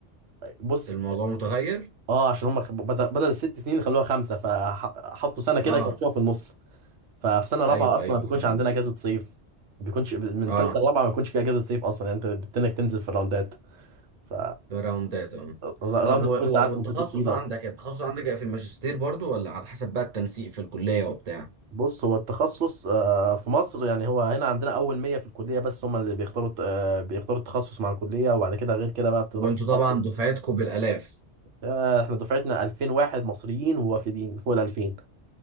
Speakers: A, on the right (about 85°); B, on the right (about 40°).
A: بص
B: الموضوع متغير
A: اه عشان هما بدل بدل الست سنين خلوها خمسه فحطوا سنه كده
B: اه
A: كانوا في النص ففي سنه رابعه
B: ايوه
A: اصلا
B: ايوه
A: ما بيكونش
B: فاهم
A: عندنا اجازه صيف ما بيكونش من
B: اه
A: ثالثه لرابعه ما بيكونش في اجازه صيف اصلا يعني انت بتنك تنزل في الراوندات ف
B: ده راوندات اه
A: الراوند
B: طب و-
A: بيكون
B: و-
A: ساعات
B: والتخصص
A: مدته طويله
B: عندك التخصص عندك بقى في الماجستير برضو ولا على حسب بقى التنسيق في الكلية وبتاع
A: بص هو التخصص آه، في مصر يعني هو هنا عندنا اول 100 في الكليه بس هم اللي بيختاروا آه، بيختاروا التخصص مع الكليه وبعد كده غير كده بقى بتروح
B: وانتوا
A: تتخصص
B: طبعا دفعتكم بالالاف
A: آه، احنا دفعتنا 2000 واحد مصريين ووافدين فوق ال 2000